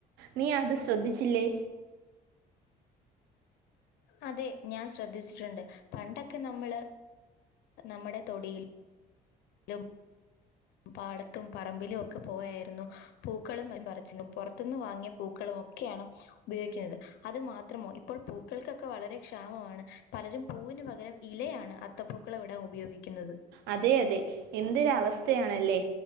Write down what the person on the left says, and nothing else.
അതെ ഞാൻ ശ്രദ്ധിച്ചിട്ടുണ്ട് പണ്ടൊക്കെ നമ്മള് നമ്മുടെ തൊടിയിൽ ലും പാടത്തും പറമ്പിലും ഒക്കെ പോയായിരുന്നു പൂക്കളും പറിച്ചിരുന്നു പുറത്തുന്ന് വാങ്ങിയ പൂക്കളും ഒക്കെയാണ് ഉപയോഗിക്കുന്നത് അത് മാത്രമോ പ്പോൾ പൂക്കൾക്കൊക്കെ വളരെ ക്ഷാമമാണ് പലരും പൂവിന് പകരം ഇലയാണ്. അത്ത പൂക്കളം ഇടാൻ ഉപയോഗിക്കുന്നത്.